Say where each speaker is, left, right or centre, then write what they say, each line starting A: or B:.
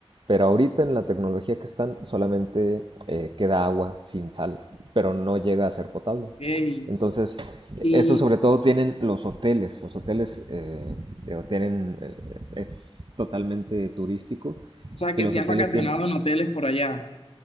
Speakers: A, on the right; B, on the left.
A: pero ahorita en la tecnología que están solamente eh, queda agua sin sal, pero no llega a ser potable.
B: Ey,
A: Entonces,
B: Y,
A: eso sobre todo tienen los hoteles. Los hoteles eh, eh, tienen, eh, es totalmente turístico
B: o sea,
A: y
B: que
A: los
B: si
A: hoteles
B: has vacacionado
A: tienen...
B: en hoteles por allá.